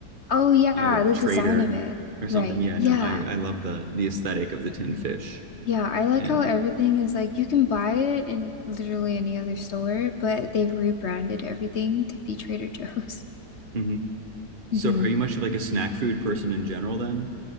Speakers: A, on the left (about 50°); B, on the right (about 35°).
A: Oh yeah,
B: uh
A: the
B: trader
A: design of it.
B: or something.
A: Right.
B: Yeah,
A: Yeah.
B: no, I I love the the aesthetic of the tin fish.
A: Yeah, I like
B: And
A: how everything is like you can buy it in literally any other store, but they've rebranded everything to be Trader Joe's.
B: hmm
A: <laughs>
B: So
A: Mhm.
B: are you much of like a snack food person in general then?